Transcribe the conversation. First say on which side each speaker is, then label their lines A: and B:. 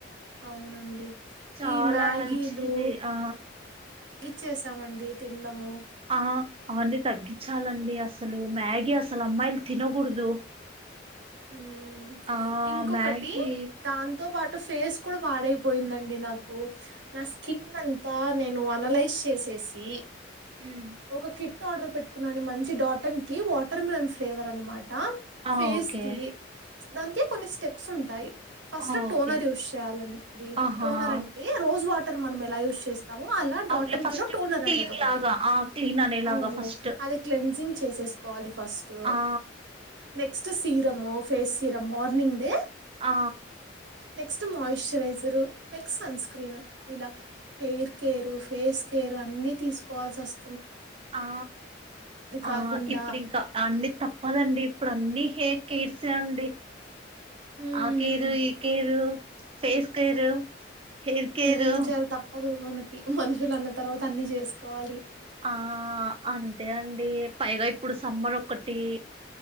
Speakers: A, on the right; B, on the right.
A: అవునండి.
B: చాలా
A: ఈ మ్యాగీలు
B: మంచిది ఆ
A: చేసామండి తినడము.
B: ఆ అవన్నీ తగ్గించాలండి. అసలు మ్యాగీ అసలు అమ్మాయిలు తినకూడదు.
A: ఉమ్
B: ఆ
A: ఇంకొకటి
B: మ్యాగీ
A: దాంతో పాటు ఫేస్ కూడా పాడైపోయిందండి నాకు, నా స్కిన్ అంతా నేను అనలైజ్ చేసేసి
B: ఉం
A: ఒక కిట్ ఆర్డర్ పెట్టుకున్నాను. మంచి డాటన్ కి వాటర్ మిలన్ ఫ్లేవర్ అనమాట హ
B: ఆ
A: ఫేస్
B: ఓకే
A: కీ దానికి కొన్ని స్టెప్స్ ఉంటాయి. ఫస్ట్
B: ఆ
A: టోనర్
B: ఓకే
A: యూస్ చేయాలండి.
B: ఆహా
A: టోనర్ అంటే రోజ్ వాటర్. మనం ఎలా యూస్ చేస్ తాము అలా డాటన్
B: అవునులే ఫస్ట్
A: కిలో టోనర్
B: క్లీన్
A: అనేది ఒకటి.
B: లాగా ఆ క్లీన్ అనేలాగా
A: అవును.
B: ఫస్ట్
A: అది క్లెన్జింగ్ చేసేస్ కోవాలి ఫస్ట్
B: ఆ
A: నెక్స్ట్ తీరమో ఫేస్ సీరమ్ మార్నింగ్దే
B: ఆ
A: next moisturiser next sunscreen ఇలా హెయిర్ కేరు ఫేస్ కేరు అన్ని తీసుకోవాల్సి వస్
B: ఆ ఆ
A: కాకుండా
B: ఇప్పుడు ఇంకా అండి తప్పదండి ఇప్పుడు అన్నీ హేర్ కేర్సె అండి
A: హ్మ్.
B: ఆ కేేరు ఈ care face care hair care
A: ఏం చేయాల తప్పదు మనక్ కి మనుషులు అన్న తర్వాత అన్ని జేసుకోవాలి
B: ఆ అంతే అండి పైగా ఇప్పుడు సమ్మర్ ఒకటి